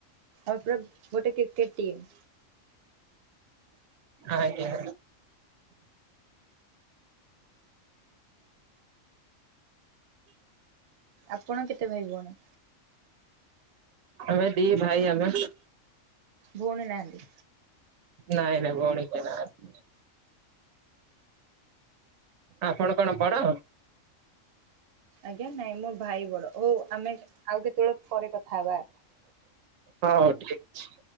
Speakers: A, on the right (about 60°); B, on the right (about 80°).
A: ଆମ ପୁରା ଗୋଟେ କ୍ରିକେଟ୍ ଟିମ୍।
B: ଆଜ୍ଞା।
A: ଆପଣ କେତେ ଭାଇ ଭଉଣୀ?
B: ଆମେ ଦି ଭାଇ ଆମେ।
A: ଭୁଉଣି ନାହାନ୍ତି।
B: ନାଇଁ ନାଇଁ ଭଉଣୀ କେହି ନାହାନ୍ତି। ଆପଣ କଣ ବଡ?
A: ଆଜ୍ଞା ନାଇଁ ମୋ ଭାଇ ବଡ ଓ ଆମେ ଆଉ କେତେବେଳେ ପରେ କଥା ହବା।
B: ହଁ ହଉ ଠିକ୍ ଅଛି।